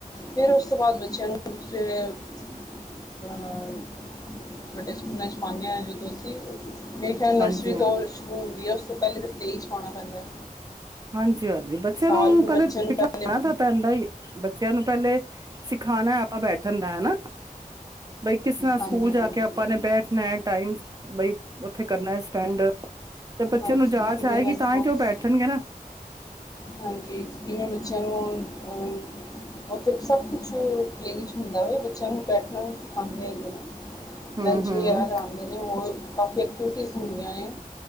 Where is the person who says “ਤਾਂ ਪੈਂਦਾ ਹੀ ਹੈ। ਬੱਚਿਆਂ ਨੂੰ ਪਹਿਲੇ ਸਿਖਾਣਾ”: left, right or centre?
Right